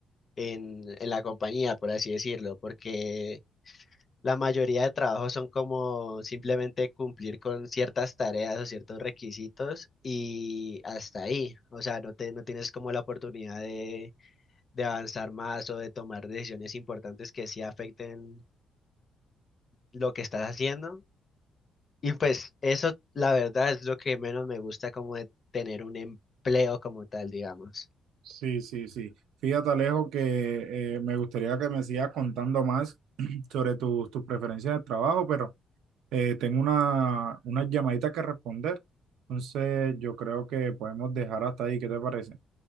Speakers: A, on the left; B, on the right.
A: en, en la compañía, por así decirlo, porque la mayoría de trabajos son como simplemente cumplir con ciertas tareas o ciertos requisitos y hasta ahí. O sea, no te, no tienes como la oportunidad de, de avanzar más o de tomar decisiones importantes que sí afecten lo que estás haciendo. Y pues eso, la verdad, es lo que menos me gusta como de tener un empleo como tal, digamos.
B: Sí, sí, sí. Fíjate, Alejo, que eh, me gustaría que me sigas contando más <clears throat> sobre tus tus preferencias de trabajo, pero eh, tengo una, una llamadita que responder. Entonces, yo creo que podemos dejar hasta ahí. ¿Qué te parece?